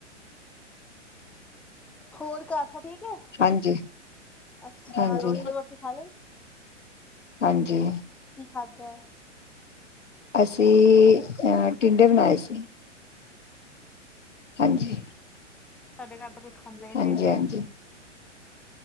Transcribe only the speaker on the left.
ਹਾਂਜੀ,
ਹਾਂਜੀ।
ਹਾਂਜੀ,
ਅਸੀਂ ਅਹ ਟਿੰਡੇ ਬਣਾਏ ਸੀ। ਹਾਂਜੀ
ਹਾਂਜੀ
ਹਾਂਜੀ